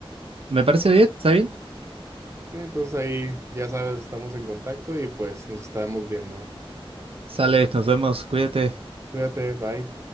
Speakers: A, on the right; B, on the right.
A: Me parece bien, está bien.
B: Ok, entonces ahí ya sabes, estamos en contacto y pues nos estamos viendo.
A: Sale, nos vemos, cuídate.
B: Cuídate, bye.